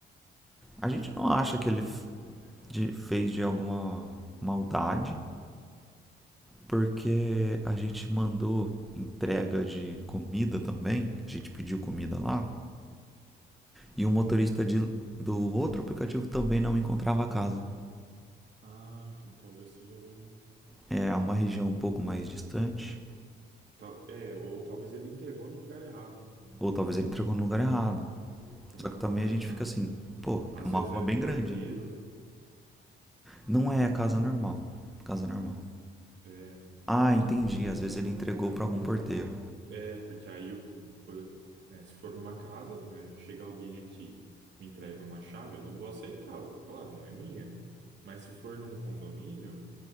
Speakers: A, in the centre; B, on the right.
A: A gente não acha que ele f- de- fez de alguma maldade, porque a gente mandou entrega de comida também, a gente pediu comida lá, e o motorista de, do outro aplicativo também não encontrava a casa.
B: Ah, então talvez seja algum.
A: É é uma região um pouco mais distante,
B: tal- É, ou talvez ele entregou no lugar errado, né?
A: ou talvez ele entregou no lugar errado.
B: Entregou
A: Só que também
B: no lugar
A: a
B: errado.
A: gente fica assim, pô,
B: Às
A: é uma
B: vezes
A: rua
B: é
A: bem
B: porteiro,
A: grande, né?
B: né?
A: Não é casa normal, casa normal.
B: Hum, É, então.
A: Ah, entendi.
B: putz,
A: Às vezes ele entregou pra algum porteiro.
B: É, porque aí, o- por- né, se for numa casa, né, chega alguém aqui, me entrega uma chave, eu não vou aceitar, eu vou falar, não é minha. Mas se for num condomínio,